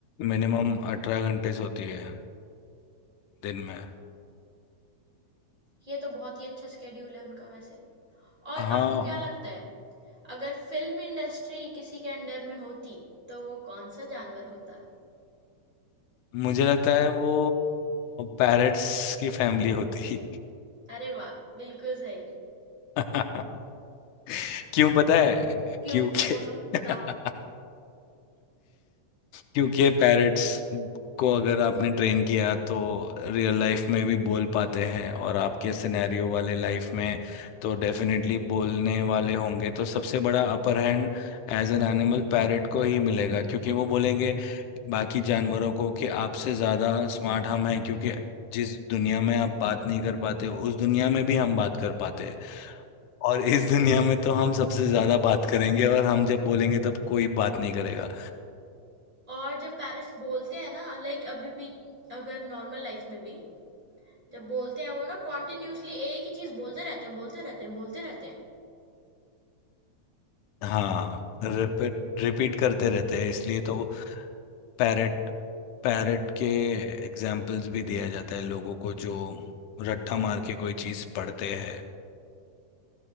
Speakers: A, on the left; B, on the right.
A: मिनिमम अठारह घंटे सोती है दिन में
B: ये तो बहुत ही अच्छा स्केड्यूल है उनका वैसे और
A: हाँ
B: आपको क्या
A: वो-
B: लगता है अगर फिल्म इंडस्ट्री किसी के अंडर में होती तो वो कौन सा जानवर होता
A: मुझे लगता है वो पैरट्स की फैमिली होती
B: अरे वाह बिल्कुल सही
A: है <laughs> क्यों पता है
B: क्यों
A: क्योंकि
B: बोलो बताओ
A: <laughs> क्योंकि पैरट्स को अगर आपने ट्रेन किया तो रियल लाइफ में भी बोल पाते हैं और आपके सिनेरियो वाले लाइफ में तो डेफिनेटली बोलने वाले होंगे तो सबसे बड़ा upper hand as an animal parrot को ही मिलेगा क्योंकि वो बोलेंगे बाकी जानवरों को कि आपसे ज़्यादा स्मार्ट हम हैं क्योंकि जिस दुनिया में आप बात नहीं कर पाते उस दुनिया में भी हम बात कर पाते हैं और इस दुनिया में तो हम सबसे ज्यादा बात करेंगे और हम जब बोलेंगे तब कोई बात नहीं करेगा
B: और जब पेरेंट्स बोलते हैं ना लाइक अभी भी अगर नॉर्मल लाइफ में भी जब बोलते हैं वो ना कॉन्टिन्यूसली एक ही चीज़ बोलते रहते हैं बोलते रहते हैं बोलते रहते हैं
A: हाँ रिपीट रिपीट करते रहते हैं इसलिए तो पैरट पैरट के एग्जाम्पल्स भी दिया जाता है लोगों को जो रट्टा मार के कोई चीज पढ़ते हैं